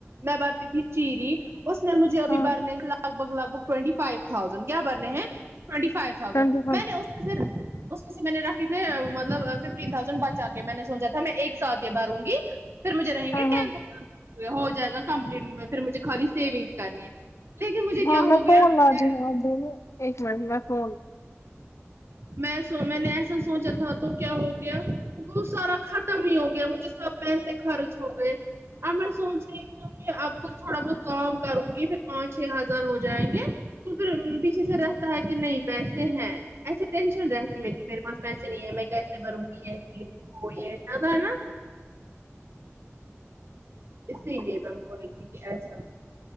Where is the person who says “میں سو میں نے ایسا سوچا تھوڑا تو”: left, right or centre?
Right